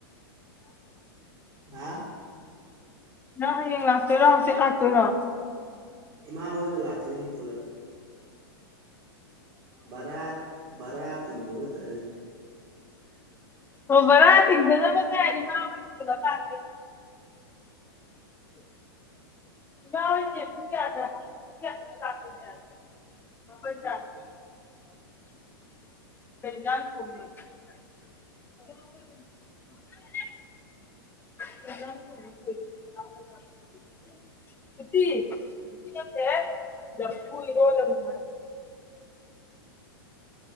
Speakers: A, on the right; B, on the left.
A: ꯍꯥ
B: ꯅꯪ ꯍꯌꯦꯡ ꯂꯥꯛꯇꯣꯏꯔꯣ ꯍꯧꯖꯤꯛ ꯂꯥꯛꯇꯣꯏꯔꯣ
A: ꯏꯃꯥ ꯍꯗ ꯂꯥꯛꯁꯅꯤ ꯄꯨꯂꯞ ꯔꯠ ꯔꯠ ꯇ ꯇꯔꯦ
B: ꯍꯕꯔ ꯇꯗꯅ ꯃ ꯍꯥꯏꯅꯤ ꯃꯥ ꯂꯥꯛꯀ ꯌꯥ ꯌꯥ ꯊ <unintelligible> ꯔꯣ